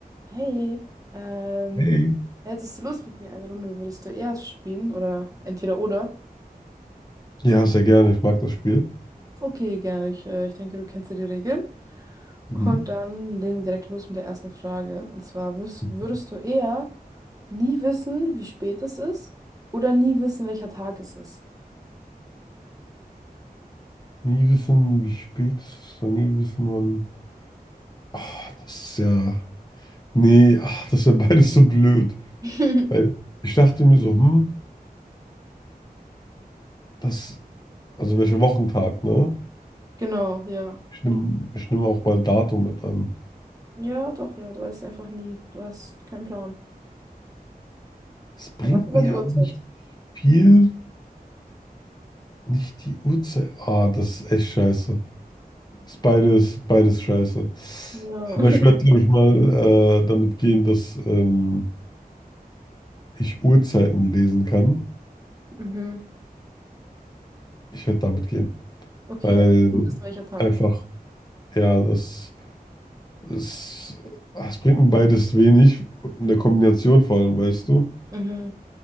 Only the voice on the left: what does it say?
Ey.
Ja, sehr gerne. Ich mag das Spiel.
Mhm.
Mhm.
Nie wissen, wie spät es ist, und nie wissen, wann. Ach, das ist ja. Nee, ach, das ist ja <laughs> beides so blöd.
Weil ich dachte mir so, hm, das. Also welcher Wochentag, ne?
Ich nehme ich nehm auch mal Datum mit an.
Es bringt
mir
ja
nicht viel, nicht die Uhrzeit. Ah, das ist echt scheiße. Ist beides, beides scheiße.
Aber
ich werde, glaube ich, mal äh, damit gehen, dass. Ähm, ich Uhrzeiten lesen kann,
ich werde damit gehen.
Weil
einfach,
ja, das, das, das bringt mir beides wenig. In der Kombination vor allem, weißt du.